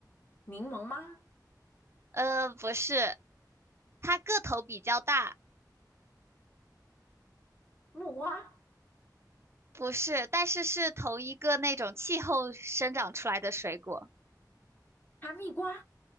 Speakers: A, on the left; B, on the right.
A: 柠檬吗？
B: 呃，不是，它个头比较大，
A: 木瓜？
B: 不是，但是是同一个那种气候生长出来的水果，
A: 哈密瓜？